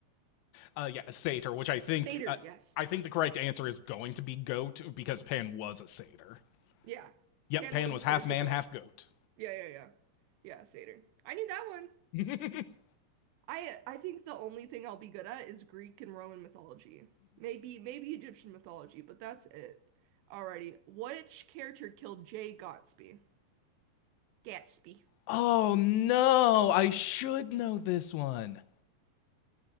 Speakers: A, on the left; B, on the right.
A: Uh, yeah, a satyr, which I think
B: Satyr,
A: uh,
B: yes.
A: I think the correct answer is going to be goat because Pan was a satyr.
B: Yeah.
A: Yep,
B: Pan
A: Pan
B: was
A: was
B: the satyr,
A: half
B: it's
A: man,
B: a goat.
A: half goat.
B: Yeah, yeah, yeah. Yeah, satyr. I need that one.
A: <laughs>
B: I I think the only thing I'll be good at is Greek and Roman mythology. Maybe maybe Egyptian mythology, but that's it. Alrighty. Which character killed Jay Gatsby? Gatsby.
A: oh no, I should know this one.